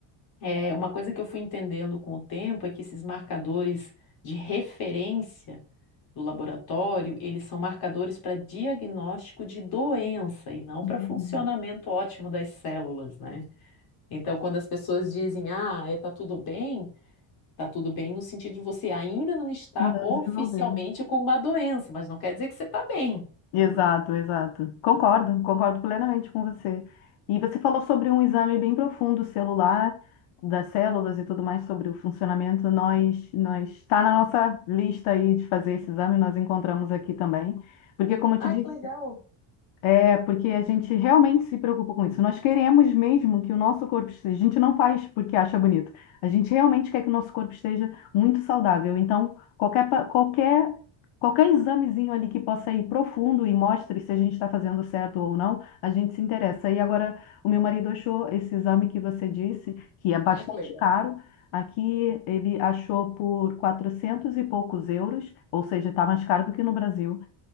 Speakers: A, on the left; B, on the left.
A: É, uma coisa que eu fui entendendo com o tempo é que esses marcadores de referência do laboratório, eles são marcadores para diagnóstico de doença e não
B: Uhum.
A: para funcionamento ótimo das células, né? Então, quando as pessoas dizem, ah, é, tá tudo bem, tá tudo bem no sentido de você ainda não está
B: Ainda
A: oficialmente
B: desenvolveu.
A: com uma doença, mas não quer dizer que você está bem, não
B: Exato,
A: é?
B: exato. Concordo, concordo plenamente com você. E você falou sobre um exame bem profundo celular, das células e tudo mais, sobre o funcionamento. Nós, nós está na nossa lista aí de fazer esse exame, nós encontramos aqui também. Porque, como eu te
A: Ah,
B: disse,
A: que legal.
B: é, porque a gente realmente se preocupa com isso. Nós queremos mesmo que o nosso corpo esteja. A gente não faz porque acha bonito. A gente realmente quer que o nosso corpo esteja muito saudável. Então, qualquer, pa- qualquer, qualquer examezinho ali que possa ir profundo e mostre se a gente está fazendo certo ou não, a gente se interessa. E agora, o meu marido achou esse exame que você disse, que é bastante
A: Ah, que legal.
B: caro. Aqui ele achou por 400 e poucos euros, ou seja, está mais caro do que no Brasil.